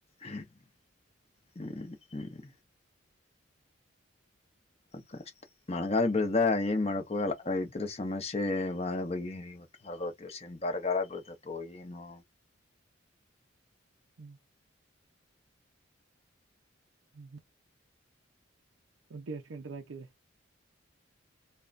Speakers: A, on the left; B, on the right.
A: ಹ್ಮ್. ಹ್ಮ್ ಕಷ್ಟ ಮಳೆಗಾಲ ಬಿಳದ ಏನ್ ಮಾಡಕೋಗಲ್ಲ ರೈತರ ಸಮಸ್ಯೆಳ ಬಗೆ ಇವತ್ತು ಅರ್ಧವತ್ತು ವರ್ಷ ಏನ್ ಬರಗಾಲ ಬಿಳತತ್ತು ಏನೊ
B: ಹ್ಮ್ ಹ್ಮ ಹ್ಮ. ರಂಟಿ ಎಷ್ಟು ಗಂಟೆಗೆ ಹಾಕಿದ್ರೆ